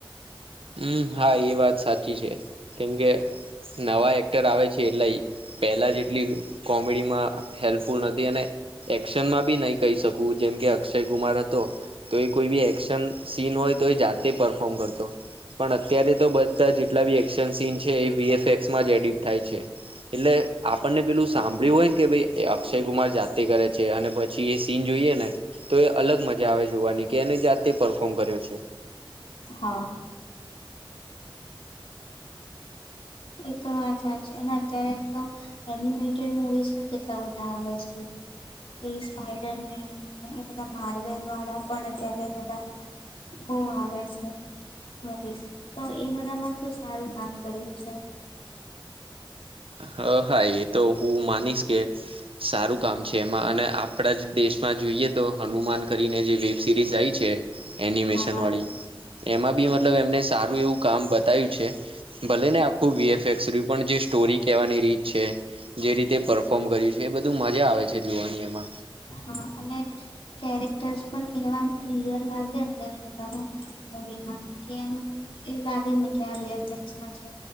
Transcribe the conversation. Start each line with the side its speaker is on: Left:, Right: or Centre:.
Right: હમ્મ, હા એ વાત સાચી છે કેમકે, નવા એક્ટર આવે છે એટલે પહેલા જેટલી કોમેડીમાં, હેલ્પફુલ નથી અને એક્શનમાં બી નહીં કહી શકું જેમ કે અક્ષય કુમાર હતો. તો એ કોઈ બી એક્શન સીન હોય તો એ જાતે પરફોર્મ કરતો, પણ અત્યારે તો બધા જેટલા બી એક્શન સીન છે એ વીએફએક્સમાં જ એડિટ થાય છે. એટલે આપણને પેલું સાંભળ્યું હોય ને કે ભાઈ અક્ષય કુમાર જાતે કરે છે અને પછ પછી એ સીન જોઈએ ને તો એ અલગ મજા આવે જોવાની કે એને જાતે પરફોર્મ કર્યો છે.
Left: હા. એ તો વાત સાચી અને અત્યારે તો, એનિમેટેડ મુવીઝમાં કેટલા બધા આવે છે. એ સ્પાઈડરમેન એ બધા માર્વેલ વાળા પણ અત્યારે બધા, બહુ આવે છે. મુવીઝ તો એ બધા માં તો સારું કામ કર્યું છે.
Right: હ હા એ તો હું માનીશ કે, સારું કામ છે એમાં અને આપડા જ દેશમાં જોઈએ તો હનુમાન કરીને જે વેબ સિરીઝ આઇ છે. એનિમેશન
Left: હા
Right: વાળી એમાં બી મતલબ એમને સારું એવું કામ બતાયું છે. ભલે ને આખું વીએફએક્સ રહ્યુ પણ જે સ્ટોરી, કહેવાની રીત છે જે રીતે પરફોર્મ કર્યું છે એ બધું મજા આવે છે જોવાની એમાં,
Left: હા અને કેરેક્ટર્સ પણ એવા રિયલ લાગે અંદર બધા, મૂવીમાં કે એમ એવું લાગે ને કે આ વી એફ એસમાં છે.